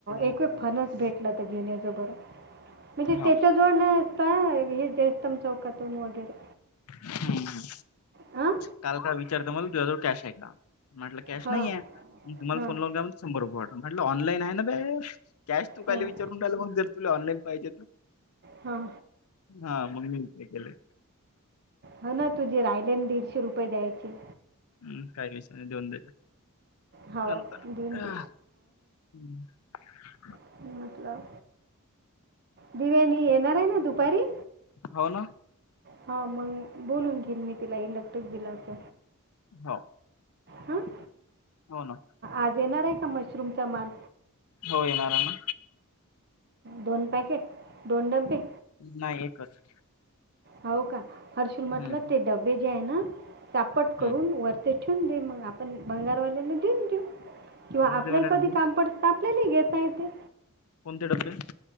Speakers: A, on the right; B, on the left.
A: एक
B: घेतलं
A: फनच
B: होतं ते.
A: भेटला तर घेऊन याज बर. म्हणजे
B: हो
A: त्याच्याजवळ नाही असता हे जेस्तम चौकातून वगैरे.
B: हम्
A: हां
B: काल काय विचारत मला द हज कॅश आहे का? म्हटलं कॅश
A: हां
B: नाही आहे तुम्हाला
A: हां
B: फोन लावून घ म्हण शंभर रुपयेट म्हटलं ऑनलाईन आहे ना बा. कॅश तू का
A: हां
B: विचारून टहिला मग जर तुला ऑनलाईन पाहिजे तर.
A: हां
B: हा मग मी ते केले.
A: ह ना तुझे राहिले दीडशे रुपये द्यायचे.
B: हम् काही विषय नाही दोन द्याचा.
A: हो
B: नंतर
A: देऊन
B: ह्.
A: दे
B: <unintelligible>
A: <inaudible> मतलब दिवेनी येणार आहे ना दुपारी.
B: हो ना.
A: हा मग बोलून घेन मी तिला इलेक्ट्रिक दिलाच.
B: हो.
A: हम.
B: हो ना.
A: आज येणार आहे का मशरूमचा माल.
B: हो येणार आहे ना.
A: दोन पॅकेट दोन डब्बे.
B: नाही एकच.
A: हो का हर्षुल म्हटलं
B: हम्म
A: ते डबे जे आहे ना साचापट
B: हम्म
A: करून वर. ते ठेवून दे मग आपण बंगारवाल्याला देऊन देऊ किंवा
B: कोणते
A: आपल्याला
B: वाले
A: कधी
B: डब्बे
A: काम पडत. आपल्याली घेत य ते.
B: कोणते डब्बे.